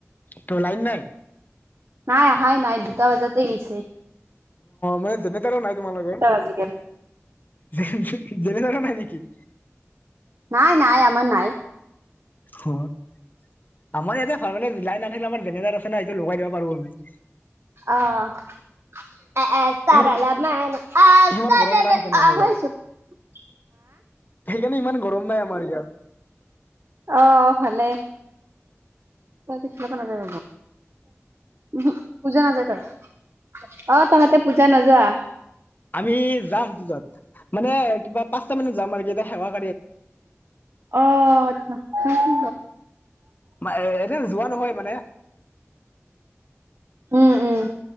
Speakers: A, on the left; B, on the right.
A: ত লাইন নাই।
B: নাই অহাই নাই দুটা বজাতে গিছে।
A: মানে জেনেৰেতাৰো নাই তোমালোকৰ।
B: বাজি গেল।
A: জেনেৰেতাৰৰ নাই নেকি?
B: নাই নাই আমাৰ নাই।
A: অ আমাৰ ইয়াতে ভাল মানে লাইন নাথাকিলে আমাৰ জেনেৰেতাৰ আছে না সেইটো লগাই দিব পাৰোঁ আমি।
B: আহ তাৰ
A: ইমান
B: ল ম আহিছোঁ
A: ইমান গৰম নাই সেইকাৰণে আমাৰ ইয়াত
B: <unintelligible>
A: সেইকাৰণে ইমান গৰম নাই আমাৰ ইয়াত
B: অঁ ভালে। তাহতি ফিলৰ পৰা নাযায় ৰবি পূজা নাযাৱ তই অঁ তহঁতে পূজা নোযোৱা
A: আমি যাম পূজাত মানে কিবা পাঁচটা মানত যাম আৰু কি শেষত
B: অঁ আচছা কিছু
A: মইএ এনে যোৱা নহয় মানে।
B: উম উম।